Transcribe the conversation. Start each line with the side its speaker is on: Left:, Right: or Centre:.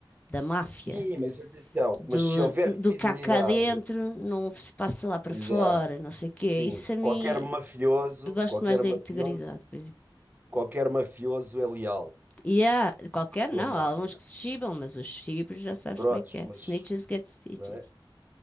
Left: Da máfia.
Right: Sim, mas atenção,
Left: Do,
Right: mas se houver fidelidade,
Left: do cá cá dentro, não se passa lá para
Right: exato,
Left: fora, não sei o quê.
Right: sim,
Left: Isso a mim,
Right: qualquer mafioso,
Left: eu gosto
Right: qualquer
Left: mais da
Right: mafioso,
Left: integridade, por exemplo.
Right: qualquer mafioso é leal
Left: E há, qualquer
Right: à sua
Left: não,
Right: máfia.
Left: há alguns que se chibam, mas os chibos já sabes
Right: Prontos,
Left: como é que é.
Right: mas,
Left: Snitches get stitches.
Right: não é?